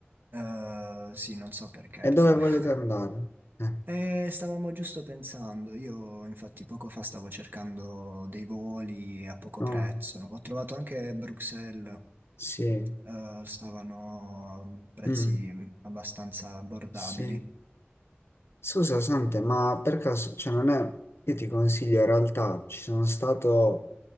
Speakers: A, on the right (about 55°); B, on the left (about 75°).
A: Eh, sì, non so perché
B: E
A: però.
B: dove volete
A: <laughs>
B: andare? Eh,
A: E stavamo giusto pensando, io infatti poco fa stavo cercando dei voli a poco
B: no,
A: prezzo. Ho trovato anche Bruxelles,
B: sì,
A: eh, stavano a prezzi
B: Mm,
A: abbastanza abbordabili.
B: sì. Scusa, Sante, ma per caso, cioè non è... Io ti consiglio, in realtà, ci sono stato...